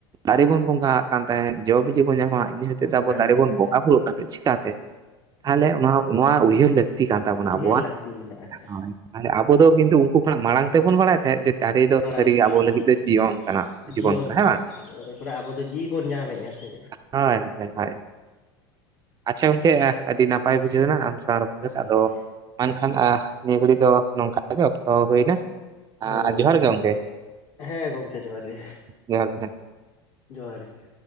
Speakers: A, on the right (about 30°); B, on the left (about 80°).
A: ᱫᱟᱨᱤ ᱵᱩᱱ ᱵᱚᱸᱜᱟ ᱟᱜ ᱠᱟᱱ ᱛᱟᱦᱮᱸᱫ ᱡᱚ-ᱵᱤᱞᱤ ᱵᱩᱱ ᱧᱟᱢᱟ᱾ ᱱᱤᱭᱟᱹ ᱦᱚᱛᱮᱛᱮ
B: ᱵᱚᱸᱜᱟᱜ
A: ᱟᱵᱩ ᱫᱟᱨᱮ
B: ᱠᱟᱱᱛᱮ
A: ᱵᱩᱱ ᱵᱚᱸᱜᱟ ᱵᱩᱨᱩᱜ ᱠᱟᱱᱛᱟᱦᱮᱸ ᱪᱤᱠᱟᱛᱮ ᱛᱟᱦᱚᱞᱮ <unintelligible> ᱱᱚᱣᱟ ᱩᱭᱦᱟᱹᱨ ᱞᱟᱹᱜ ᱛᱤ ᱠᱟᱱ ᱛᱟᱵᱩᱱᱟ
B: ᱩᱭᱦᱟᱹᱨ
A: ᱟᱵᱩᱣᱟᱜ,
B: ᱞᱟᱹᱠᱛᱤ ᱢᱮᱱᱟᱜᱼᱟ
A: ᱦᱳᱭ ᱛᱟᱦᱚᱞᱮ ᱟᱵᱩ ᱫᱚ ᱠᱤᱱᱛᱩ ᱩᱱᱠᱩ ᱠᱷᱚᱱ ᱢᱟᱲᱟᱝ ᱛᱮᱵᱩᱱ ᱵᱟᱲᱟᱭ ᱛᱟᱦᱮᱸᱫ ᱡᱮ ᱫᱟᱨᱮ <unintelligible>
B: ᱵᱟᱲᱟᱭ
A: ᱥᱟᱹᱨᱤ
B: ᱛᱟᱦᱮᱸᱫ
A: ᱜᱮ ᱟᱵᱩ ᱞᱟᱹᱜᱤᱫ
B: ᱦᱳᱭ
A: ᱫᱚ ᱡᱤᱭᱚᱱ ᱠᱟᱱᱟ ᱡᱤᱵᱚᱱ
B: ᱡᱤᱭᱚᱱ
A: ᱠᱟᱱᱟ ᱦᱮᱸ ᱵᱟᱝ?
B: ᱚᱸᱰᱮ ᱠᱷᱚᱱᱟᱜ ᱟᱵᱚ ᱫᱚ ᱡᱤᱣᱤ ᱵᱚᱱ ᱧᱟᱢᱮᱫᱼᱟ ᱥᱮ
A: ᱦᱟᱭ ᱦᱟᱭ ᱦᱟᱭ, ᱟᱪᱪᱷᱟ ᱜᱚᱝᱠᱮ ᱟᱹᱰᱤ ᱱᱟᱯᱟᱭ ᱵᱩᱡᱷᱟᱹᱣ ᱮᱱᱟ ᱟᱢ ᱥᱟᱶ ᱨᱚᱯᱚᱲ ᱠᱟᱛᱮ
B: ᱦᱳᱭ
A: ᱟᱫᱚ ᱢᱟ ᱮᱱᱠᱷᱟᱱ ᱟ ᱱᱤᱭᱟᱹ ᱜᱷᱟᱹᱲᱤᱡ ᱫᱚ ᱱᱚᱝᱠᱟ ᱜᱮ ᱚᱠᱛᱚ ᱦᱩᱭᱱᱟ,
B: ᱦᱳᱭ
A: ᱟᱨ ᱡᱚᱦᱟᱨ ᱜᱮ ᱜᱚᱝᱠᱮ᱾
B: ᱦᱮᱸ ᱜᱚᱢᱠᱮ ᱡᱚᱦᱟᱨ ᱜᱮ
A: ᱡᱚᱦᱟᱨ ᱜᱮ
B: ᱡᱚᱦᱟᱨ ᱜᱮ